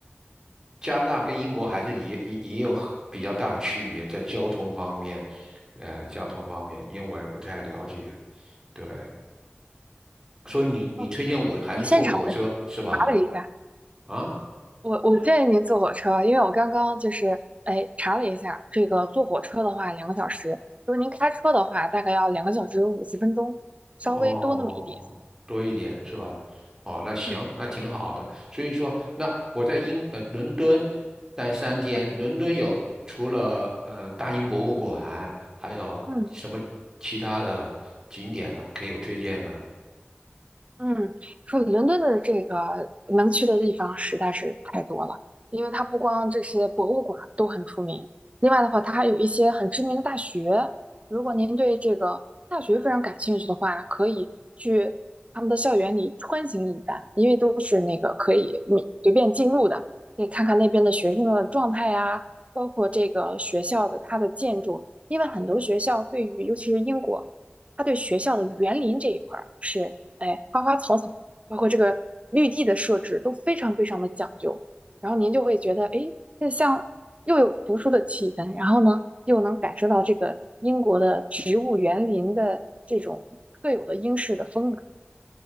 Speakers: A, on the right; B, on the right.
A: 加拿大跟英国还是也也也有很比较大的区别，在交通方面，呃，交通方面，因为我也不太了解，对，所以你你推荐我还是坐火车是吧？
B: 哦，我现场的查了一下，
A: 啊，
B: 我我建议您坐火车，因为我刚刚就是哎查了一下，这个坐火车的话两个小时，如果您开车的话大概要两个小时五十分钟，稍微多那么一点。
A: 哦，多一点是吧？哦，那行，
B: 嗯
A: 那挺好的。所以说，那我在英呃伦敦待三天，
B: 嗯
A: 伦敦有除了呃大英博物馆，还有什么其他的景点呢？
B: 嗯。
A: 可以有推荐的？
B: 嗯，说伦敦的这个能去的地方实在是太多了，因为它不光这些博物馆都很出名，另外的话，它还有一些很知名的大学。如果您对这个大学非常感兴趣的话，可以去他们的校园里穿行一番，因为都是那个可以你随便进入的，可以看看那边的学生的状态呀，包括这个学校的它的建筑，因为很多学校对于尤其是英国，它对学校的园林这一块儿是。哎，花花草草，包括这个绿地的设置都非常非常的讲究。然后您就会觉得，哎，这像又有读书的气氛，然后呢，又能感受到这个英国的植物园林的这种特有的英式的风格。